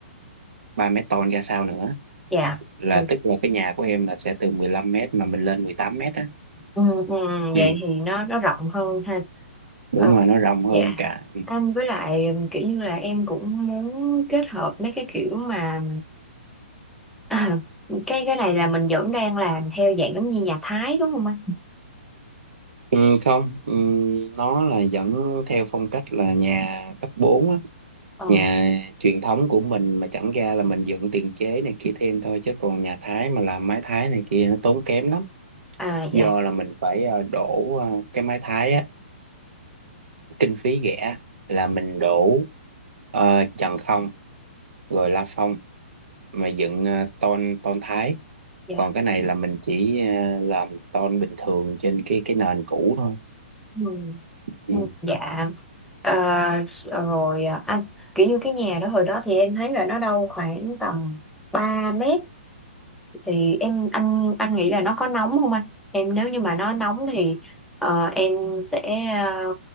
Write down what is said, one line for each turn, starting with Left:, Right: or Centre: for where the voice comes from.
Right: 3 mét tôn ra sau nữa
Centre: dạ
Right: là
Centre: được
Right: tức là cái nhà của em là sẽ từ 15 mét mà mình lên 18 mét á
Centre: ừ, ừ, ừ,
Right: Ừ.
Centre: vậy thì nó nó rộng hơn ha
Right: đúng
Centre: Ờ,
Right: rồi nó rộng hơn
Centre: Dạ,
Right: cả
Centre: anh với lại ừm, kiểu như là em cũng muốn kết hợp mấy cái kiểu mà <clears throat> à, cái cái này là mình vẫn đang làm theo dạng giống như nhà Thái đúng không anh?
Right: ừ, không ừ, nó là vẫn theo phong cách là nhà cấp 4 á
Centre: Ờ,
Right: nhà truyền thống của mình mà chẳng ra là mình dựng tiền chế này kia thêm thôi chứ còn nhà Thái mà làm mái Thái này kia nó tốn kém lắm
Centre: à
Right: do
Centre: dạ,
Right: là mình phải ờ, đổ ờ, cái mái Thái á kinh phí rẻ là mình đổ ờ, trần không rồi la phong mà dựng ờ, tôn tôn Thái
Centre: dạ.
Right: còn cái này là mình chỉ ờ, làm tôn bình thường trên cái cái nền cũ thôi
Centre: Ừ,
Right: ừ.
Centre: ừ, dạ, Ờ, s- ờ, rồi à, anh kiểu như cái nhà đó hồi đó thì em thấy là nó đâu khoảng tầm 3 mét thì em anh anh nghĩ là nó có nóng không anh? Em nếu như mà nó nóng thì ờ, em sẽ ờ,